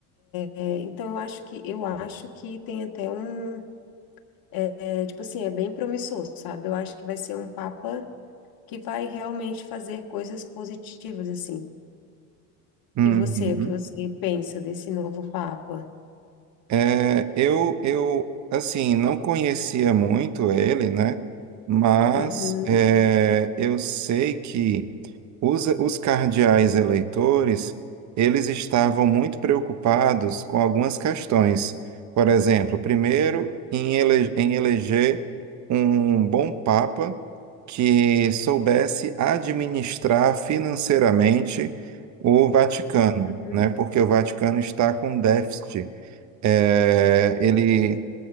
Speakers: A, on the left; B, on the right.
A: É, então eu acho que eu acho que tem até um é, é, tipo assim é bem promissor, sabe? Eu acho que vai ser um papa que vai realmente fazer coisas positivas assim.
B: Uhum.
A: E você, o que você pensa desse novo papa?
B: É, eu, eu, assim, não conhecia muito ele, né? Mas
A: Uhum,
B: é, eu sei que os, os cardeais eleitores, eles estavam muito preocupados com algumas questões. Por exemplo, primeiro, em, ele, em eleger um bom papa que soubesse administrar financeiramente o Vaticano,
A: uhum.
B: né? Porque o Vaticano está com déficit é, ele